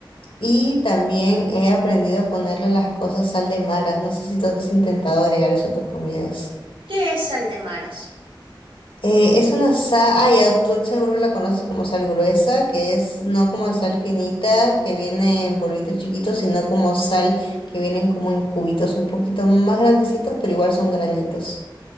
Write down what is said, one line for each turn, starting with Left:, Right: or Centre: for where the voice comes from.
Left: Y también he aprendido a ponerle a las cosas sal de maras. No sé si tú has intentado agregar eso a tus comidas.
Right: <laughs> ¿Qué es sal de maras?
Left: Eh, es una sal, ah, ya, tú seguro la conoces como sal gruesa, que es no como sal finita, que viene en polvitos chiquitos, sino como sal que vienen como en cubitos un poquito más grandecitos, pero igual son granitos.